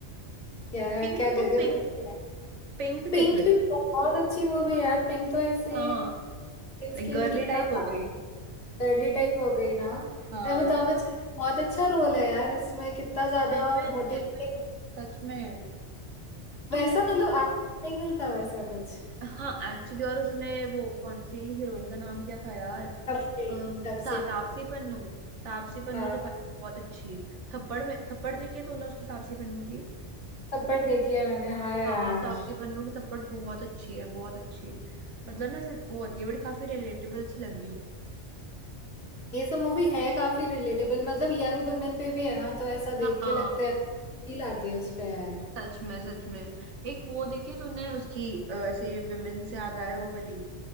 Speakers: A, on the left; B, on the right.
A: यार
B: पिंक
A: क्या
B: तू
A: गजब
B: पिंक
A: मूवी है
B: पिंक
A: पिंक
B: देख ले
A: भी
B: तू
A: बहुत अच्छी मूवी है यार पिंक तो ऐसे
B: हाँ
A: रील्स
B: लाइक
A: के
B: गर्ली
A: लिए कितना
B: टाइप हो गई
A: डर्ली टाइप हो गई ना
B: हाँ
A: अमिताभ बच्चन का बहुत अच्छा रोल है यार इसमें कितना ज्यादा
B: जेनविन
A: मोटिव
B: जेनविन सच में तू
A: वैसा मतलब आज नहीं मिलता वैसा कुछ
B: हाँ एक्चुअली और उसमें वो कौन सी हीरोइन का नाम क्या था यार
A: तब से
B: अम,
A: तब
B: ता,
A: से
B: तापसी पन्नू तापसी पन्नू
A: हाँ
B: तो भाई बहुत अच्छी थप्पड़ में थप्पड़ देखी है तूने उसकी तापसी पन्नू की
A: थप्पड़ देखी है मैंने हाँ यार
B: हाँ तापसी पन्नू की थप्पड़ बहुत अच्छी है बहुत अच्छी मतलब ना ऐसे वो होती है बड़ी काफी रिलेटेबल सी लगी
A: ये सब मूवी है काफी रिलेटेबल मतलब यंग वुमेन पे भी है ना तो ऐसा
B: हाँ
A: देख के लगता है फील आती है उस पे यार
B: सच में सच में एक वो देखी है तूने उसकी अ, ऐसे विमेन से याद आया वो वाली